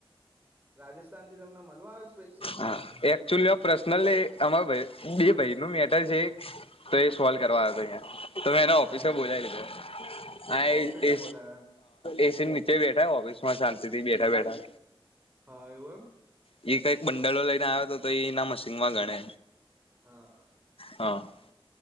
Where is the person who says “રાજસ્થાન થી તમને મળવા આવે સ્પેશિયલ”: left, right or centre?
Right